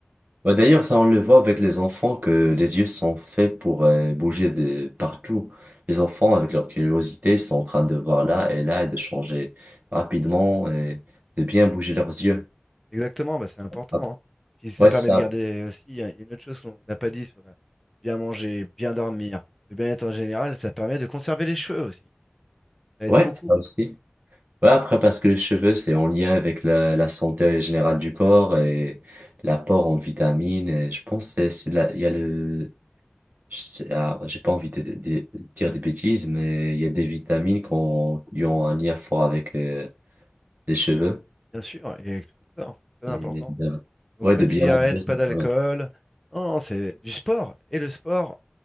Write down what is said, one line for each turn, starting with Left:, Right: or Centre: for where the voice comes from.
Right: Bah, d'ailleurs, ça, on le voit avec les enfants, que les yeux sont faits pour euh, bouger de partout. Les enfants, avec leur curiosité, sont en train de voir là et là et de changer rapidement et de bien bouger leurs yeux.
Centre: Exactement, bah, c'est important.
Right: Ah,
Centre: hein. Puis ça
Right: Ouais,
Centre: permet
Right: ça.
Centre: de garder aussi, il y a il y a une autre chose qu'on n'a pas dit sur la bien manger, bien dormir, le bien-être en général, ça permet de conserver les cheveux aussi. Ça aide
Right: Ouais,
Centre: beaucoup,
Right: ça aussi. Ouais, après, parce que les cheveux, c'est en lien avec la, la santé générale du corps et l'apport en vitamines. Et je pense que c'est, c'est la- il y a le, je sais- ah, j'ai pas envie de, de- de dire des bêtises, mais il y a des vitamines qui ont, qui ont un lien fort avec euh, les cheveux.
Centre: bien sûr, et avec tout le corps, c'est
Right: Et
Centre: très important.
Right: bien-
Centre: Donc
Right: ouais,
Centre: pas
Right: de
Centre: de
Right: bien
Centre: cigarette,
Right: manger. c'est
Centre: pas d'alcool.
Right: pas mal.
Centre: Non, non, c'est du sport. Et le sport,